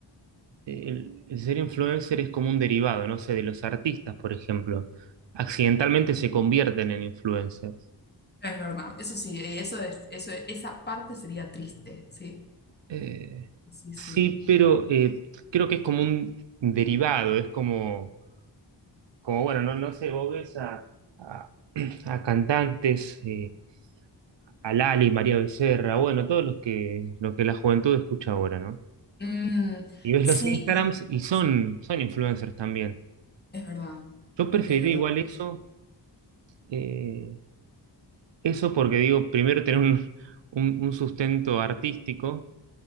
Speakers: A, on the right; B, on the left.
A: eh, el, el ser influencer es como un derivado, no sé, de los artistas, por ejemplo. Accidentalmente se convierten en influencers.
B: Es verdad, eso sí, y eso es, eso, esa parte sería triste, sí,
A: Eh,
B: sí, sí.
A: sí, pero eh, creo que es como un derivado, es como, como bueno, no, no sé, vos ves a, a- a cantantes, eh, a Lali, María Becerra, bueno, todos los que, lo que la juventud escucha ahora, ¿no?
B: Mm,
A: Y ves
B: sí,
A: los Instagrams
B: y-
A: y son, son influencers también.
B: es verdad,
A: Yo preferiría
B: es verdad,
A: igual eso. eh, Eso porque digo, primero tener un, un- un sustento artístico